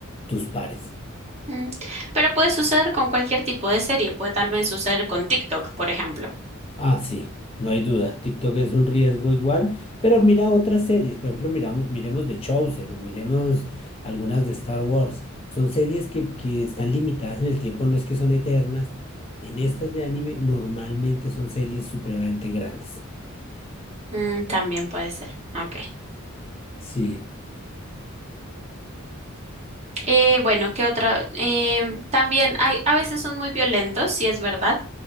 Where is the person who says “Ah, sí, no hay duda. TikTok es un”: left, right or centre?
Left